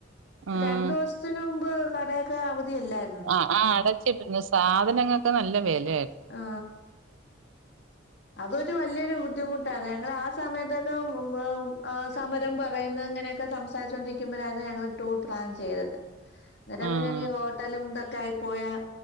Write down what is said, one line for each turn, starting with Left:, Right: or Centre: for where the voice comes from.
Right: ആഹ്
Left: രണ്ട് ദിവസത്തിന് മുമ്പ് കടയൊക്കെ അവധിയല്ലാ
Right: ആ ആ അടച്ചിട്ട്ണ് സാധനങ്ങൊക്കെ നല്ല വെല
Left: ആ അതൊരു വല്യയൊരു ബുദ്ധി ട്ടോ ഞങ്ങ ആ സമയത്തൊക്കെ ഈ സമരം പറ ഇങ്ങനെയൊക്കെ സംസാരിച്ചൊണ്ടിരിക്കുമ്പഴാണ് ഞങ്ങള് ടൂർ പ്ലാൻ ചെയ്തത് അന്നരം
Right: ആഹ്
Left: പിന്നെ ഹോട്ടലും <unintelligible> പോയ